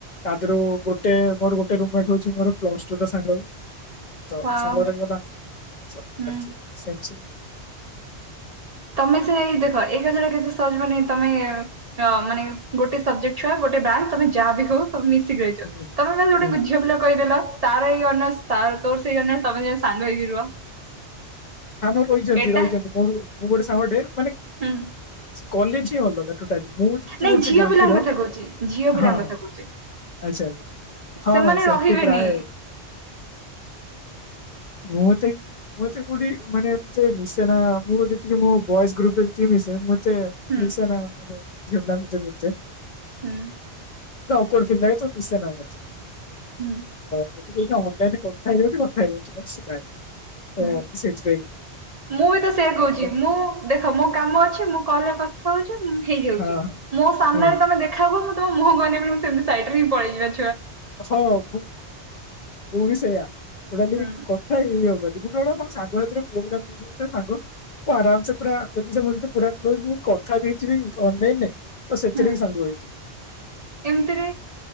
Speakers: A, on the left (about 55°); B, on the right (about 45°).
A: ତାଧିରୁ ଗୋଟେ ମୋର ଗୋଟେ ରୁମମେଟ୍ ରହୁଛି ମୋର ପ୍ଲସ ଟୁ ର ସାଙ୍ଗ। ତ
B: ୱାଓ
A: ସାଙ୍ଗରେ ରହିଗଲା ତ
B: ହୁଁ
A: ବାକି ସେ ବି ସେ
B: ତମେ ସେଇ ଦେଖ ଏଇ କଥାଟା କେତେ ସହଜ ମାନେ ତମେ ଅ ମାନେ ଗୋଟେ ସବଜେକ୍ଟ ଛୁଆ ଗୋ ଗୋ ବ୍ରାଞ୍ଚ ତମେ ଯାହା ବି ହଉ। ମିଶିକି ରହିଚ
A: ହୁଁ
B: ତମେ ମାନେ ଗୋଟେ
A: ହୁଁ। ହୁଁ।
B: ଝିଅ ପିଲା କହିଦେଲ ତାର ଏଇ ଅନର୍ ତ ତୋର ସେଇ ଅନର୍ ତମେ ଦି ଜଣ ସାଙ୍ଗ ହେଇକି ରୁହ।
A: ହଁ ମ ରଇଚନ୍ତି
B: ଏଟା
A: ରଇଚନ୍ତି ମୋ ମୁଁ ଗୋଟେ ସାଙ୍ଗ ଟେ ମାନେ
B: ହୁଁ
A: କଲେଜ ହିଁ ଅଲଗା। ମୁଁ ଯେମିତି
B: ନାଇଁ
A: ପଡୁଚି
B: ଝିଅ
A: ଗାନ୍ଧୀର
B: ପିଲାଙ୍କ କଥା କହୁଛି ଝିଅ ପିଲାଙ୍କ
A: ହଁ
B: କଥା
A: ହଁ
B: କହୁଛି।
A: ଆଚ୍ଛା ଆଚ୍ଛା। ହଁ
B: ସେମାନେ
A: ସେମତି
B: ରହିବେନି
A: ପ୍ରାୟ ମୁଁ ତ ମୁଁ ଏତେ କୋଉଠି ମାନେ ମିଶେ ନା ମୁଁ ଯେତିକି ମୋ ବଏଜ୍ ଗ୍ରୁପରେଯେତିକି ମିଶେ ମୁଁ
B: ହୁଁ
A: ମିସେନା ମାନେ ଝିଅପିଲାଙ୍କ ସହିତ ବି ଏତେ।
B: ହୁଁ।
A: ଅକଉଏର୍ଡ ଫିଲ ଲାଗେତ ମିସେନା ଏତେ।
B: ହୁଁ।
A: <unintelligible> ଅନଲାଇନରେ କଥା ହେଇଯାଉଚି କଥା ହେଇଯାଉଚି ନହେଲେ
B: ହୁଁ।
A: ନାହିଁ।
B: ମୁଁ ବି ତ ସେଇଆ କହୁଚି
A: ସହିତ
B: ମୁଁ ଦେଖ ମୋ କାମ ଅଛି ମୁଁ କଲରେ କଥା ହଉଛି ହେଇଯାଉଚି
A: ହଁ ହଁ
B: ମୋ ସାମ୍ନାରେ ତମେ ଦେଖା ହୁଅ ମୁଁ ତମ ମୁହଁକୁ ଅନେଇବିନି ମୁଁ ସେମିତି ସାଇଟ ହିଁ ପଳେଇ ଯିବା
A: ହଁ ମୁଁ ମୁଁ ହିଁ ସେଇଆ <unintelligible>
B: ହୁଁ
A: କଥା ଏଇ ହବନି। <unintelligible> ହଁ ସାଙ୍ଗ ଏଜ ପୁଅ <unintelligible> ସାଙ୍ଗ। ଆରାମ ସେ ପୁରା ଯଦି ପୁର <unintelligible> ମୁଁ କଥା ବି ହେଇଯିବି ଅନଲାଇନରେ ତ ସେଥିରେ
B: ହୁଁ
A: ବି ସାଙ୍ଗ ହେଇଯିବି।
B: ଏମିତିରେ